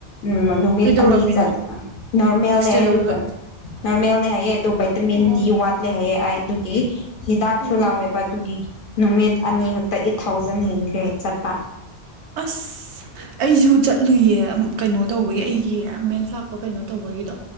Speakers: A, on the left (about 60°); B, on the right (about 75°).
A: ꯎꯝ ꯅꯨꯃꯤꯠ
B: ꯀꯩꯗꯧꯔꯝꯃꯤꯅꯣ
A: ꯑꯅꯤ ꯆ ꯅꯣꯔꯃꯦꯜꯅꯦ
B: ꯑꯦꯛꯁꯔꯦ ꯂꯧꯕꯗꯣ
A: ꯑꯗꯨꯒ ꯅꯣꯔꯃꯦꯜꯅꯦ ꯍꯥꯏꯌꯦ ꯗꯨ ꯕꯩꯇꯥꯃꯤꯟ
B: ꯑꯣ
A: ꯗꯤ ꯋꯥꯠꯂꯦ ꯍꯥꯏꯌꯦ ꯑꯩ ꯑꯗꯨꯒꯤ ꯍꯤꯗꯥꯛꯁꯨ
B: ꯎꯝ
A: ꯂꯥꯎꯋꯦꯕ ꯑꯗꯨꯒꯤ ꯅꯨꯃꯤꯠ ꯑꯅꯤ ꯈꯛꯇ ꯑꯦꯠ ꯊꯥꯎꯖꯟ ꯍꯦꯟꯈ꯭ꯔꯦ ꯆꯠꯄ
B: ꯑꯁ ꯑꯩꯁꯨ ꯆꯠꯂꯨꯏꯌꯦ ꯀꯩꯅꯣ ꯇꯧꯕꯒꯤ ꯑꯩꯒꯤ ꯃꯦꯟꯁ ꯂꯥꯛꯄ ꯀꯩꯅꯣ ꯇꯧꯕꯒꯤꯗꯣ